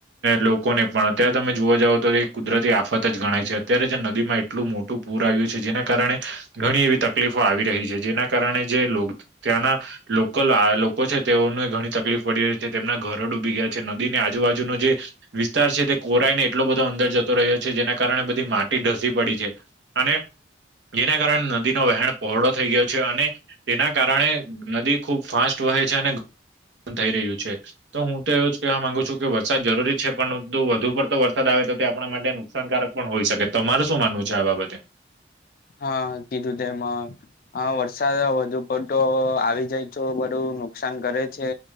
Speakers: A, on the right; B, on the left.
A: લોકોને પણ અત્યારે તમે જોવા જાવ તો કુદરતી આફત જ ગણાય છે અત્યારે જે નદીમાં એટલું મોટું પૂર આવ્યું છે જેના કારણે ઘણી એવી તકલીફો આવી રહી છે જેના કારણે જે લો ત્યાં ના લોકલ લોકો છે તેઓને ઘણી તકલીફ પડી રહી છે તેમના ઘરો ડૂબી ગયા છે નદીની આજુબાજુનો જે વિસ્તાર છે તે કોરાઈ ને એટલો બધો અંદર જતો રહ્યો છે જેના કારણે બધી માટી ઢસી પડી છે. અને જેના કારણે નદીનો વહેણ પહોળો થઈ ગયો છે અને તેના કારણે નદી ખુબ ફાસ્ટ વહે છે અને થઈ રહ્યું છે. તો હું તો એવું જ કહેવા માંગુ છું કે વરસાદ જરૂરી છે પણ વધુ પડતો વરસાદ આવે તો તે આપણા માટે નુકસાનકારક પણ હોઈ શકે તમારે શું માનવું છે આ બાબતે
B: હા કીધું તે એમાં હા વરસાદ વધુ પડતો આવી જાય તો બધું નુકસાન કરે છે.